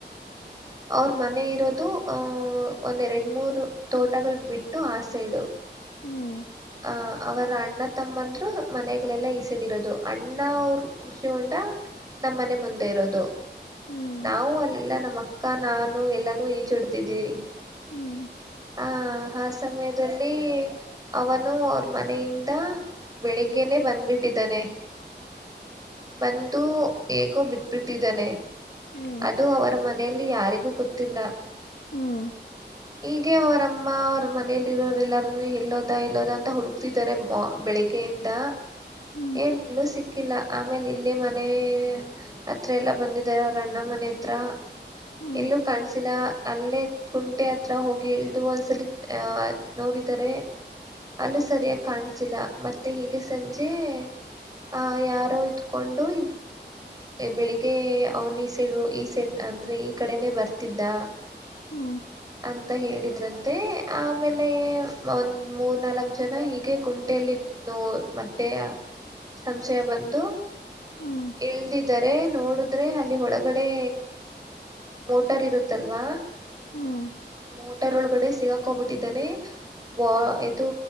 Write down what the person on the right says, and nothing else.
ಅವ್ರ ಮನೆ ಇರೋದು ಆಹ ಒಂದ್ ಎರಡು ಮೂರು ತೋಟಗಳು ಬಿಟ್ಟು ಆ ಸೈಡು
ಅ ಅವರ ಅಣ್ಣ ತಮ್ಮಂದ್ರು ಮನೆಗಳೆಲ್ಲ ಈಸೆಡಿರೋದು ಅಣ್ಣ ಅವರು ಕೃಷಿ ಹೊಂಡ ನಮ್ಮನೆ ಮುಂದೆ ಇರೋದು
ನಾವು ಅಲ್ಲೆಲ್ಲಾ ನಮ್ಮ ಅಕ್ಕ ನಾನು ಎಲ್ಲಾನೂ ಈಚಿಡ್ತಿದ್ದೀಿ
ಆ ಆ ಸಮಯದಲ್ಲಿ ಅವನು ಮನೆಯಿಂದ ಬೆಳಿಗ್ಗೆನೆೇ ಬಂದ್ಬಿಟ್ಟಿದ್ದಾನೆ ಬಂದು ಹಕೋ ಬಿಟ್ಟ ಬಿಟ್ಟಿದ್ದಾನೆ
ಅದು ಅವರ ಮನೆಯಲ್ಲಿ ಯಾರಿಗೂ ಗೊತ್ತಿಲ್ಲ
ಹೀಗೆ ಅವರಮ್ಮ ಅವರ ಮನೆಯಲ್ಲಿರೋರೆಲ್ಲರನು ಎಲ್ಲೋದು ಇಲ್ಲ ಅಂತ ಹುಡು ಹೋಗತಿದ್ದಾರೆ ಬೆಳಿಗ್ಗೆ ದಾ
ಎಲ್ಲೂ ಸಿ ಹಾಕಿಲ್ಲ ಆಮೇಲೆ ಇಲ್ಲೇ ಮನೆ ಹತ್ರ ಎಲ್ಲ ಬಂದಿದ್ದಾರೆ ಅವ್ರ ಅಣ್ಣ ಮನೆ ಹತ್ರ
ಎಲ್ಲೂ ಕಾಣಸಿಲ್ಲ ಅಲ್ಲೇ ಕುಂಟೆ ಹತ್ರ ಹೋಗಿ ಇಳದುು ಒಂದ್ಸಲಿ ಅಹ ನೋಡಿದರೆ ಅಲ್ಲ ಸರಿಯ ಕಾಣ್ಸಿಲ್ಲ ಮತ್ತೆ ಈಗ ಸಂಜೆ ಹ ಯಾರೋಯ್ತ ಕೊಂಡು ಬೆಳಿಗ್ಗೆ ಅವನ್ ಈ ಸೈಡ್ ಈ ಸೈಡ್ ಅಂದ್ರೆ ಈ ಕಡೆನೇ ಬರ್ತಿದ್ದ
ಅಂತ ಹೇಳಿದ್ರಂ <unintelligible> ತೆ ಆಮೇಲೆ ಒಂದ ಮೂರ್ ನಾಲ್ಕ್ ಜನ ಹೀಗೆ ಕುಂಟೆಯಲ್ಲಿ ನೋ ಮತ್ತೆ ಸಂಶಯ ಬಂದು
ಎಳದಿದ್ದಾರೆ ನೋಡಿದ್ರೆ ಅಲ್ಲಿಳಗ ಒಗಡೆ ಮೋಟಾರ್ ಇರುತ್ತಲ್ವಾ
ಮೋ ರ ಒಳಗಡೆ ಸಿಗಾಕೊಂಡ್ಬಿಟ್ಟಿದ್ದಾನೆ ಬ ಇದು